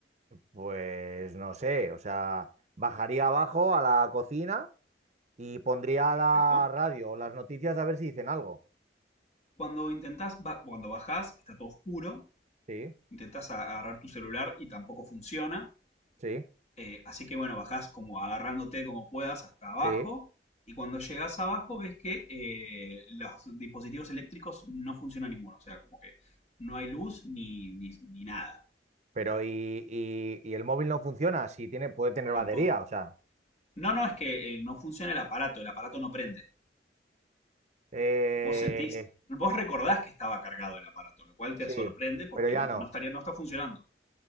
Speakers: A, on the right; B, on the left.
A: Pues no sé, o sea, bajaría abajo a la cocina y pondría
B: Perfecto.
A: la radio o las noticias a ver si dicen algo.
B: Cuando intentás, ba- cuando bajás, está todo oscuro.
A: Sí,
B: Intentás a- agarrar tu celular y tampoco funciona.
A: sí,
B: Eh, así que bueno, bajás como agarrándote como puedas hasta abajo
A: sí.
B: y cuando llegas abajo ves que eh, los dispositivos eléctricos no funcionan ninguno, o sea, como que no hay luz ni, ni, ni nada,
A: Pero y, y- y el móvil no funciona, si tiene, puede tener
B: tampoco.
A: batería, o sea.
B: No, no, es que eh, no funciona el aparato, el aparato no prende.
A: eh,
B: Vos sentís, vos recordás que estaba cargado el aparato, lo cual te
A: sí,
B: sorprende porque
A: pero ya
B: no,
A: no.
B: no estaría, no está funcionando.